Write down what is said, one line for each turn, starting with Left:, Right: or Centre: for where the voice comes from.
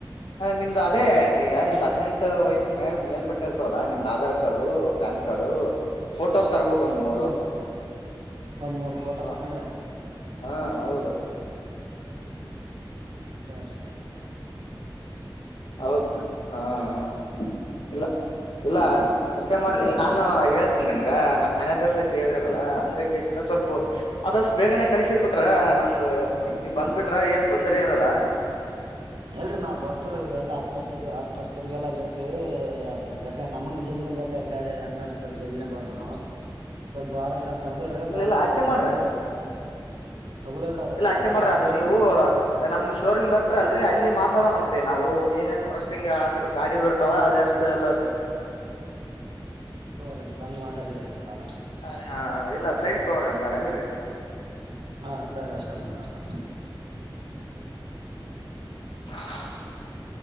Left: ನಿಮ್ದು ಅದೇ ಈಗ ನಿಮ್ದ ಹದ್ನೆಂಟ್ ವಯಸ್ಸಿನ ಮೇ ಮೇಲ್ಪಟ್ಟ ಇರ್ತವಲ್ಲಾ ನಿಮ Aadhaar card PAN card photo photos ತರ್ಬೇಕು ಒಂದ್ ಮೂರು
Right: ಹ್ಞೂ ಒಂದು ಮೂರು ಫೋಟೋ
Left: ಹಾ
Right: ಬೇಕೇನ್ರಿ
Left: ಹಾ ಹೌದು
Right: ಸರಿ ಸರಿ ಹ
Left: ಹೌದು ಹಾ ಹ ಇಲ್ಲ ಇಲ್ಲ ಅಷ್ಟೇ ಮಾಡ್ರಿ ನಾನನ್ ಹೇಳ್ತೇನಿ ನಿಮ್ಗ ನಾ ಮ್ಯಾನೇಜರಸ್ ತೆ ಹೇಳಿದ್ರಲ್ಲಾ ಹಂಗಾಗಿ ಸ್ವಲ್ಪ ಅದಷ್ಟು ಬೇಗನೆ ಕಳಸಿದ್ ಬಿಟ್ರ ನಮ್ದು ನೀವ್ ಬಂದ್ಬಿಟ್ಟ ಟ್ರ ಏನ್ ತೊಂದರೆ ಇರಲ್ಲ
Right: ಎಲ್ರಿ ನಾವವು ಬರ್ತವ ಈಗ ಎಲ್ಲಾ ಹತ್ತ ಹ ಹತ್ತ ಹತ್ತರಿಗೆಲ್ಲಾ ಅಲ್ಲಿ ಇರ್ತೀವಿ ಸ್ವಲ್ಪ ಯಾಕಂದ ನಮಗ್ ಜಲ್ದಿ ಬೇಕ್ ಗಾಡಿ ಹಂಗಂತ ಸ್ವಲ್ಪ ಎಲ್ಲಿ ಬರ್ತಾನವ ಸ್ವಲ್ಪ ಆದಷ್ಟು ತಗ್ದಿಟ್ರೆ
Left: ಇಲ್ಲ
Right: ಬರ್ತಾನವ್ವ
Left: ಇಲ್ಲ ಅಷ್ಟೇ ಮಾಡ್ರಿ
Right: ಬಂದು ತೆಗ್ದಿಡ್ರಿ ಅದನ್ನು
Left: ಇಲ್ಲ
Right: ಸ್ವಲ್ಪ
Left: ಅಷ್ಟೇ ಮಾಡ್ರಿ
Right: ಆದಷ್ಟು
Left: ಅದು ನೀವು ನಮ್ ಶೋರೂಮ್ ಬರ್ತರ ಅಲ್ರಿ ಅಲ್ಲಿ ಮಾತಾಡ ಅಂತ್ರಿ ನಾವು ಏನೇನ್ ಪ್ರೋಸಿಂಗ್ ಆದ್ರ ಗಾಡಿ ಇರ್ತಾವ ಅದಷ್ಟ ಎಲ್ಲದ
Right: ರೆ ಬಂದ್ ಮಾತಾಡಿ ಆಯ್ತು ನಾವೆಲ್ಲ
Left: ಹ ಹಾ ಇಲ್ಲ ಸರಿ ತಗೋರಿ ಹಂಗಂದ್ರಿ
Right: ಹಾಂ ಸರಿ ಅಷ್ಟೇ ಮಾಡ್ರ ಅಂದ್ರ
Left: <inaudible>